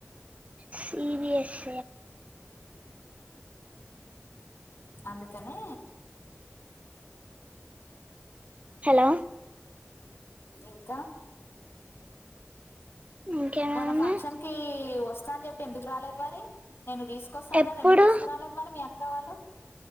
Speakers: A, on the right (about 30°); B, on the left (about 65°).
A: సివిఎస్
B: అందుకనే
A: హలో
B: ఇంకా
A: ఇంకేమన్నా
B: మన ఫంక్షన్ కి వస్తా అని చెప్పి ఎందుకు రాలేదు వరి నిన్ను తీసుకొస్తాన్నదది
A: ఎప్పుడు
B: ఎందుకు తీసుకురాలేదు మరి మీ అక్క వాళ్ళు